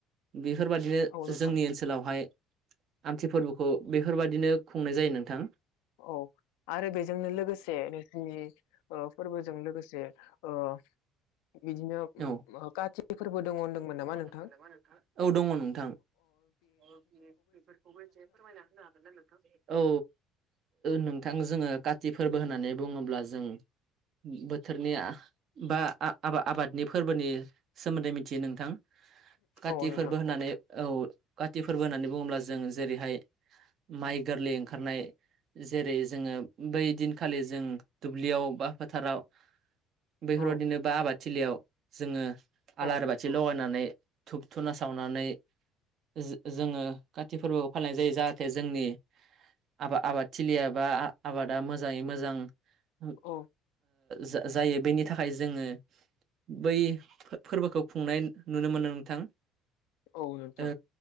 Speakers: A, on the right; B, on the left.
A: बेफोरबादिनो
B: औ नोंथां
A: जोंनि ओनसोलावहाय आमथि फोरबोखौ बेफोरबाददिनो खुंनाय जायो नोंथां
B: औ आरो बेजोंनो लोगोसे नैथि ओ फोरबोजों लोगोसे ओ <unintelligible> उम
A: औ
B: काति फोरबो दङ होनदोंमोन
A: बबो दङ
B: नोंथां?
A: नामा नोंथां <unintelligible> औ दङ नोंथां औे बेफोरखौबो एसे फोरमायना होनो हागोन ना नोंथां औ नोंथां जोङो काति फोरबो होननानै बुङोब्ला जों बोथोरनिआ बा आआबा आबादनि फोरबोनि सोमोन्दै मिथियो नोंथां काति
B: औ नोंथां
A: फोरबो होननानै औ काति फोरबो होननानै बुङोब्ला जों जेरैहाय माइ गोरलै ओंखारनाय जेरै जोङो बै दिनखालि जों दुब्लियाव बा फोथाराव बेफोरावदिनो
B: औ
A: बा आबाद थिलियाव जोङो
B: औ
A: आलार बाथि लगायनानै धुप धुना सावनानै जोजोङो काति फोरबोखौ फालिनाय जायो जाहाथे जोंनि आबा आबाद थिलियाबा आबादा मोजाङै मोजां ओ
B: औ
A: जाजायो बेनि थाखाय जोङो बै फोरबोखौ खुंनाय नुनो मोनो नोंथां
B: औ नोंथां
A: ओ